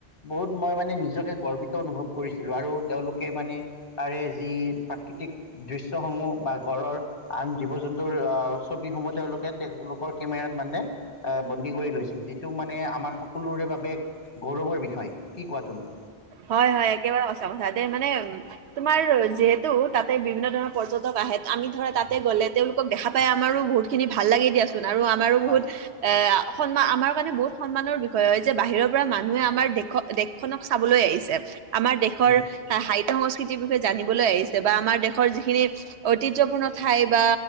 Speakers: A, on the left; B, on the right.
A: বহুত মই মানে নিজকে গৰ্বিত অনুভৱ কৰিছিলো, আৰু তেওঁলোকে মানে তাৰে যি প্ৰাকৃতিক দৃশ্যসমূহ বা গড়ৰ আন জীৱ জন্তুৰ আঁ ছবিসমূহ তেওঁলোকে তেওঁলোকৰ কেমেৰাত মানে এ বন্দী কৰি লৈছিল, যিটো মানে আমাৰ সকলোৰে বাবে গৌৰৱৰ বিষয়, কি কোৱা তুমি?
B: হয় হয়, একেবাৰে সচা কথা দে মানে তোমাৰ যিহেতু তাতে বিভিন্ন ধৰণৰ পৰ্যটক আহে, আমি ধৰা তাতে গ'লে তেওঁলোকক দেখা পাই আমাৰো বহুত খিনি ভাল লাগে দিয়াচোন আৰু আমাৰো
A: হয়
B: বহুত এ সন্মান আমাৰ কাৰণে বহুত সন্মানৰ বিষয় হয় যে বাহিৰৰ পৰা মানুহে আমাৰ দেশক দেশখনক চাবলৈ আহিছে। আমাৰ দেশৰ
A: উম
B: সাহিত্য সংস্কৃতিৰ বিষয়ে জানিবলৈ আহিছে বা আমাৰ দেশৰ যিখিনি ঐতিহ্যপূৰ্ণ ঠাই বা